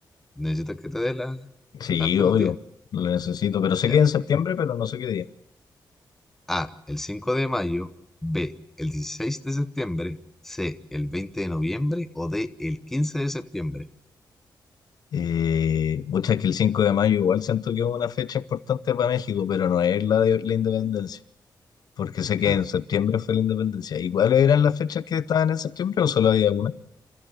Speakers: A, in the centre; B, on the left.
A: ¿Necesitas que te dé la,
B: Sí,
A: la alternativa?
B: obvio, lo necesito, pero sé
A: Ya.
B: que es en septiembre, pero no sé qué día.
A: A, el 5 de mayo, B, el 16 de septiembre, C, el 20 de noviembre o D, el 15 de septiembre.
B: Eh, muchas que el 5 de mayo igual siento que es una fecha importante para México, pero no es la de la independencia, porque sé
A: Claro,
B: que en septiembre fue la independencia. ¿Y cuáles eran las fechas que estaban en septiembre o solo había una?